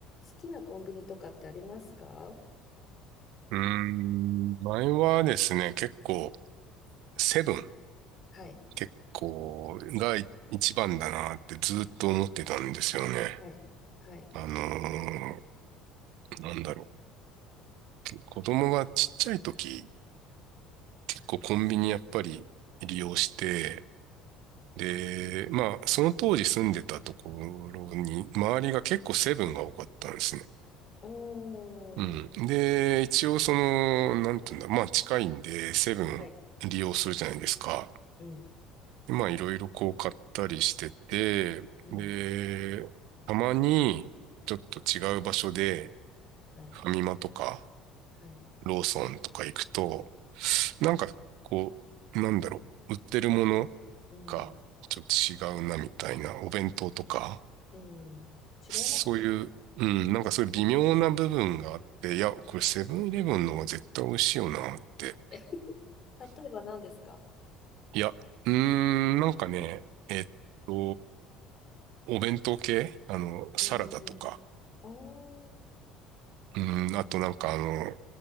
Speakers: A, on the left; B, on the right.
A: 好きなコンビニとかってありますか
B: うーん、前はですね、結構、セブン、
A: はい、
B: 結構、が一番だなってずっと思ってたんですよね。
A: はい、はい、
B: あのーなんだろう。子供がちっちゃい時、結構コンビニやっぱり利用して、
A: はい。
B: で、まあ、その当時住んでたところに、周りが結構セブンが多かったんですね。
A: お
B: うん。
A: ー、
B: で、一応その、なんていうんだ、まあ近いんで、セブン利用するじゃないですか。
A: はい、うん、
B: まあいろいろこう買ったりしてて、
A: うん、
B: で、たまにちょっと違う場所で
A: はい、
B: ファミマとか
A: はい、
B: ローソンとか行くと、なんかこう、なんだろう、売ってるもの
A: うん、
B: がちょっと違うなみたいな、お弁当とか、
A: うん。違いますよね。
B: そういう、うん、なんかそういう微妙な部分があって、いや、これセブンイレブンの方が絶対美味しいよなって。
A: <laughs> 例えば何ですか
B: いや、うーん、なんかね、えっと、お弁当系あの、サラダとか。
A: えー、おー、
B: うん、
A: え、
B: あとなんかあの、